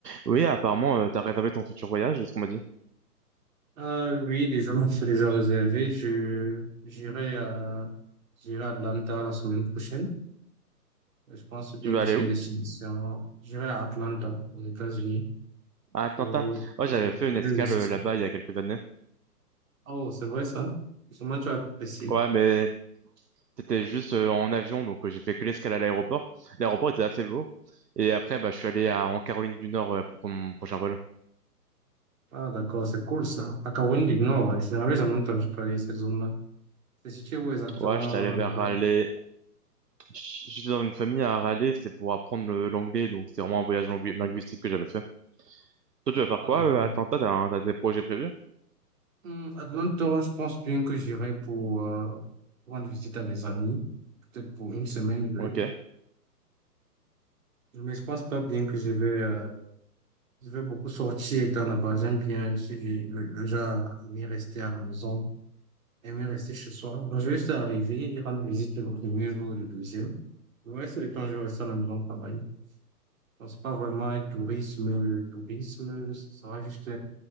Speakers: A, on the right (about 75°); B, on the right (about 55°).
A: Oui, apparemment, euh, t'as réservé ton futur voyage, c'est ce qu'on m'a dit.
B: Ah oui, déjà, c'est déjà réservé. <laughs> Je, j'irai à, j'irai à Atlanta la semaine prochaine. Je pense bien
A: Tu vas
B: que
A: aller
B: c'est
A: où?
B: une destination. J'irai à Atlanta, aux États-Unis,
A: À Atlanta.
B: pour,
A: Ouais,
B: pour-
A: j'avais fait une
B: oui,
A: escale
B: oui, c'est
A: euh,
B: ça.
A: là-bas il y a quelques années.
B: Oh, c'est vrai, ça? Comment tu as apprécié?
A: Ouais, mais c'était juste euh, en avion, donc euh, j'ai fait que l'escale à l'aéroport. L'aéroport était assez beau. Et après, bah, je suis allé à, en Caroline du Nord euh, pour prendre mon prochain vol.
B: Ah, d'accord, c'est cool, ça. À Caroline du Nord, ouais. C'est la en même temps que je parlais de cette zone-là. C'est situé où exactement
A: Ouais, j'étais
B: dans
A: allé
B: la,
A: vers
B: dans-
A: Raleigh. J- J'étais dans une famille à Raleigh, c'était pour apprendre le- l'anglais, donc c'était vraiment un voyage langui- linguistique que j'avais fait. Toi, tu vas faire
B: Ah,
A: quoi
B: d'accord.
A: euh, à Atlanta? T'as un- t'as des projets prévus?
B: Hmm, Atlanta, je pense bien que j'irai pour, euh, rendre visite à des amis. Peut-être pour une semaine,
A: Ok.
B: Mais je pense pas bien que je vais, euh, je vais beaucoup sortir étant là-bas. J'aime bien, je suis du- le, le genre à aimer rester à la maison, aimer rester chez soi. Donc, je vais juste arriver et rendre visite le premier jour ou le deuxième. Le reste du temps, je vais rester à la maison travailler. Donc, c'est pas vraiment un tourisme. Le tourisme, ce sera juste